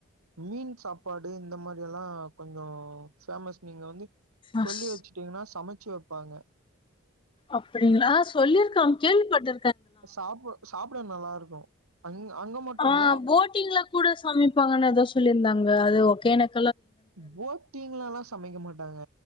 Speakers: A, on the right; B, on the left.
A: மீன் சாப்பாடு இந்த மாரி எல்லா கொஞ்சோ ஃபேமஸ் நீங்க வந்து
B: அஸ்
A: சொல்லி வச்சுடீங்னா சமை ச்சு வெப்பாங்க
B: அப்டிங்ளா சொல்லி இருக்கா கேள்விப்பட்டு
A: சாப்பு சாப் கூட நல்லா இருக்கோ அங் அங்க மட்டு
B: ஆ
A: இல்ல
B: போட்டில கூட சமைப்பாங்கனு ஏதோ சொல்லிருந்தாங்க அதுவோ கேனக்
A: போட்டிங்லலா ச சமைக்க மாட்டாங்க